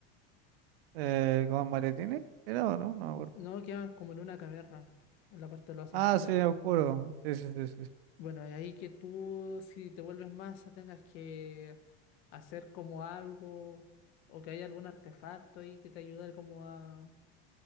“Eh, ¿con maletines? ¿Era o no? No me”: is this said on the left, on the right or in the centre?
Right